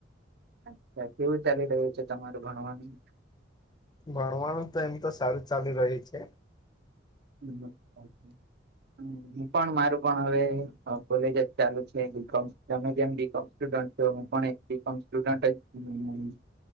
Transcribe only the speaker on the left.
ભણવાનું તો એમ તો સારું ચાલી રયુ છે.